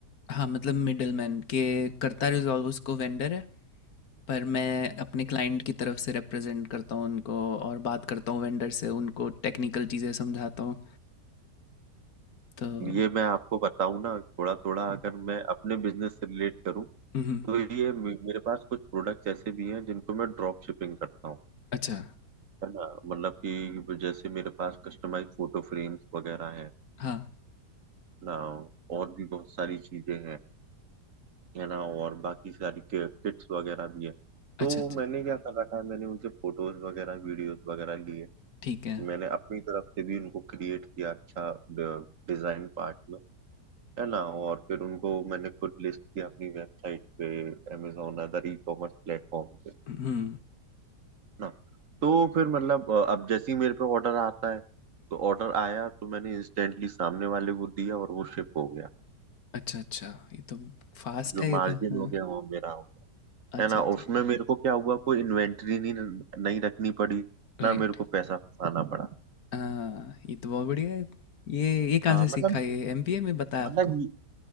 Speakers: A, on the left; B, on the right.
A: हाँ मतलब मिडलमैन के करता रिजॉल्व उसको वेंडर है पर मैं अपने क्लाइंट की तरफ से रिप्रेजेंट करता हूँ उनको और बात करता हूँ वेंडर से उनको टेक्निकल चीज़ें समझाता हूँ तो हम्म
B: ये मैं आपको बताऊं ना थोड़ा थोड़ा अगर मैं अपने बिजनेस से रिलेट करूं
A: हम्म,
B: तो ये मे- मेरे पास कुछ प्रोडक्ट्स ऐसे भी हैं जिनको मैं ड्रॉप शिपिंग करता हूँ
A: अच्छा
B: है ना मतलब कि जैसे मेरे पास कस्टमाइज फोटो फ्रेम्स वगैरह हैं
A: हाँ
B: ना और भी बहुत सारी चीजें हैं है ना और बाकी सारी किट्स वगैरह भी है तो
A: अच्छा अच्छा
B: मैंने क्या कर रखा है मैंने उनसे फोटोज वगैरह वीडियोस वगैरह लिए
A: ठीक है
B: मैंने अपनी तरफ से भी उनको क्रिएट किया अच्छा डिजाइन पार्ट में है ना और फिर उनको मैंने खुद लिस्ट किया अपनी वेबसाइट पे Amazon other e commerce platform पे है
A: हम्म
B: ना तो फिर मतलब अ, अब जैसे ही मेरे पे ऑर्डर आता है तो ऑर्डर आया तो मैंने इंस्टेंटली सामने वाले को दिया और वो शिप हो गया
A: अच्छा अच्छा ये तो फास्ट
B: जो
A: है ये
B: मार्जिन
A: तो हाँ
B: हो गया वो मेरा हो
A: अच्छा
B: है ना
A: अच्छा
B: उसमें मेरे को क्या हुआ कोई इन्वेंट्री नहीं नहीं रखनी पड़ी
A: राइट
B: ना मेरे को पैसा फंसाना पड़ा
A: हाँ ये तो बहुत बढ़िया है ये ये कहाँ
B: हाँ
A: से सीखा
B: मतलब
A: ये एमबीए में बताया आपको
B: मतलब ये-